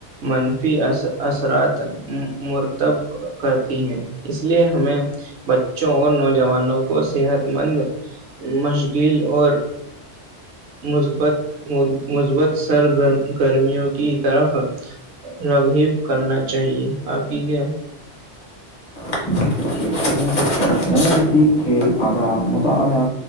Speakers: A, on the right; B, on the left.
A: منفی اثرات مرتب کرتی ہیں اس لیے ہمیں بچوں اور نوجوانوں کو صحت مند مشغیل اور مثبت مثبت سر گرمیوں کی طرف رغیب کرنا چاہیے آپ کی کیا
B: ٹھ
A: <inaudible>
B: نزدیک کھیل آداد مطالعہ